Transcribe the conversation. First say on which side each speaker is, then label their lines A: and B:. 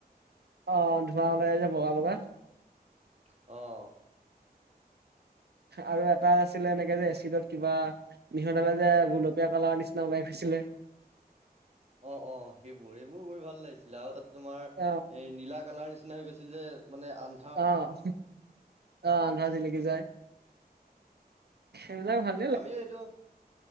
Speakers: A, on the right; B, on the right.
A: অ', ধোৱা ওলাই যে বগা বগা।
B: অ',
A: আৰু এটা আছিলে এনেকে যে এচিডত কিবা মিহলালে যে গোলপীয়া কালাৰ নিচিনা ওলাই ফোছিলে।
B: অ' অ', সেইবোৰ এইবোৰ কৰি ভাল লাগিছিলে আৰু এটা তোমাৰ
A: অ
B: এই নীলা কালাৰ নিচি নিচিনা হৈ গৈছিল যে মানে আম
A: অ', অ', আন্ধাৰত জিলিকি যায় সেইবিলাক ভাল
B: তামি এইটো